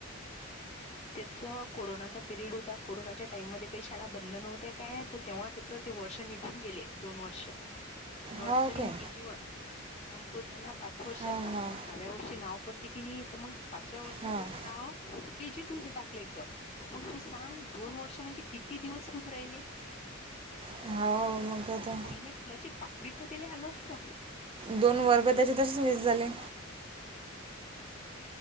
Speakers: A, on the left; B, on the right.
A: त्याचा कोरोनाचा पिरियड होता. कोरोनाच्या टाइम मधे काही शाळा बंद नव्हत्या काय? तर तेव्हा त्याच- वर्ष निघून गेले. दोन वर्ष नर्सरी
B: हो काय
A: न के जी वन- मंग तो झाला पाच वर्षाचा.
B: हां हां
A: मग सहाव्या वर्षी नाव पडते की नाही तर मंग - पाचव्या वर्षी
B: हां
A: त्याच नाव के जी- तुले टाकले एकदम मग तू सांग दोन वर्ष म्हणजे किती दिवस होऊन राहिले? मग
B: हो आता
A: फुल नाही फुलाची पाकडी तर तेला आले असत.
B: दोन वर्ग त्याचे त्याचे तसेच वीस झाले.